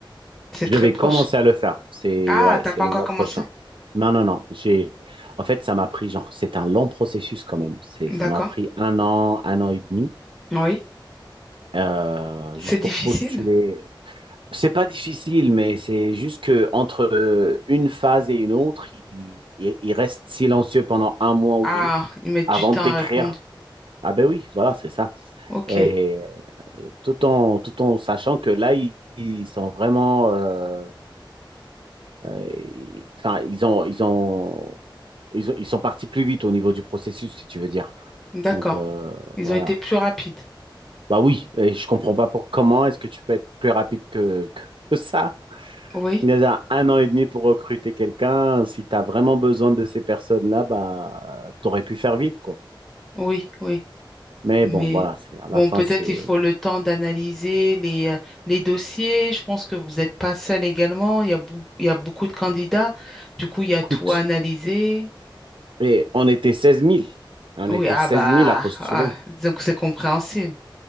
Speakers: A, in the centre; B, on the right.
A: C'est
B: Je
A: très
B: vais
A: proche.
B: commencer à le faire. C'est
A: Ah,
B: ouais,
A: t'as
B: c'est
A: pas
B: le
A: encore
B: mois
A: commencé?
B: prochain. Non, non, non. J'ai... En fait, ça m'a pris, genre, c'est un long processus quand même. C'est,
A: D'accord.
B: ça m'a pris un an, un an et demi,
A: Oui.
B: euh,
A: C'est
B: juste
A: difficile.
B: pour postuler. C'est pas difficile, mais c'est juste que entre euh, une phase et une autre, il, il- il reste silencieux pendant un mois ou
A: Ah,
B: deux
A: ils mettent
B: avant
A: du temps
B: de t'écrire.
A: à répondre.
B: Ah ben oui, voilà, c'est ça.
A: Ok,
B: Et euh, tout en, tout en sachant que là, ils, ils sont vraiment euh, Euh, ils, enfin, ils ont, ils ont, ils ont- ils sont partis plus vite au niveau du processus, si tu veux dire.
A: d'accord.
B: Donc, euh,
A: Ils
B: voilà.
A: ont été plus rapides.
B: Bah oui, et je comprends pas pour comment est-ce que tu peux être plus rapide que, que, que ça.
A: Oui,
B: Il y a déjà un an et demi pour recruter quelqu'un. Si tu as vraiment besoin de ces personnes-là, bah, tu aurais pu faire vite, quoi.
A: oui, oui.
B: Mais
A: Mais
B: bon, voilà, c'est, à
A: bon,
B: la fin,
A: peut-être
B: c'est,
A: il faut le temps d'analyser les, euh, les dossiers. Je pense que vous n'êtes pas seul également. Il y a, bou- il y a beaucoup de candidats. Du coup, il
B: ça
A: y a
B: coûte.
A: tout à analyser.
B: Et on était seize mille. On
A: Oui,
B: était
A: ah
B: seize
A: bah,
B: mille à postuler.
A: ah, disons que c'est compréhensible.